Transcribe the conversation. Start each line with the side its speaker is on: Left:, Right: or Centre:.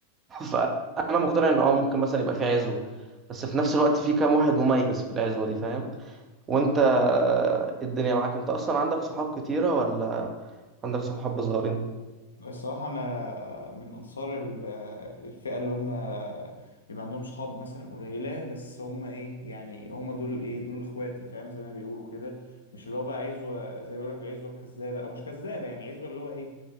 Right: فانا مقتنع ان اه ممكن مثلا يبقى في عزوه بس في نفس الوقت في كام واحد مميز في العزوه دي فاهم وانت الدنيا معاك انت اصلا عندك صحاب كتيره ولا عندك صحاب صغيرين
Left: الصراحة أنا من أنصار ال- الفئة اللي هم بيبقى عندهم صحاب مثلا قليلة بس هم إيه يعني هم دول إيه دول إخواتي فاهم زي ما بيقولوا كده مش اللي هو بقى عزوة زي ما بيقولك العزوة الكذابة أو مش كذابة يعني عزوة اللي هو إيه